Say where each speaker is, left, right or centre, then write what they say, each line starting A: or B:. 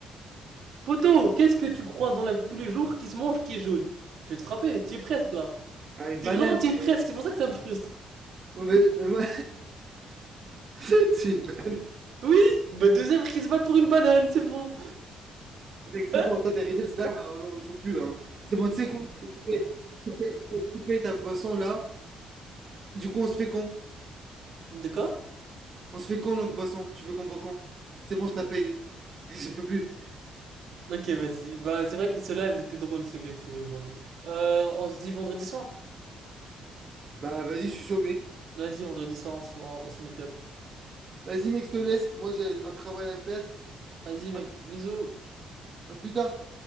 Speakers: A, on the right; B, on the right.
A: Poto, qu'est-ce que tu croises dans la vie de tous les jours qui se mange, qui est jaune Je vais te frapper, t'y es presque là.
B: Ah, une
A: T'es
B: banane,
A: vraiment, t'y
B: frère.
A: es presque, c'est pour ça que ça me frustre.
B: Ouais, Mais, mais moi, <laughs> c'est une banane.
A: Oui Bah deux œuvres qui se battent pour une banane, c'est bon.
B: Mec, c'est
A: Ah,
B: bon, toi, t'as hérité de cela, euh, non, on joue plus, hein. C'est bon, tu sais quoi? Je te fais je te fais- je te fais ta boisson, là. Du coup, on se fait quand?
A: de quoi
B: On se fait quand, notre boisson? Tu veux qu'on boit quand? C'est bon, je la paye. <laughs> Je peux plus.
A: Ok, vas-y. Bah c'est vrai que ceux-là, ils étaient drôles, ceux que j'ai trouvés aujourd'hui. Euh, on se dit vendredi soir
B: Bah, vas-y, je suis chaud, mec.
A: Vas-y, vendredi soir, on se, on- on se meet up.
B: Vas-y mec, je te laisse. Moi j'ai un travail à faire.
A: Vas-y mec,
B: À
A: bisous
B: à plus tard.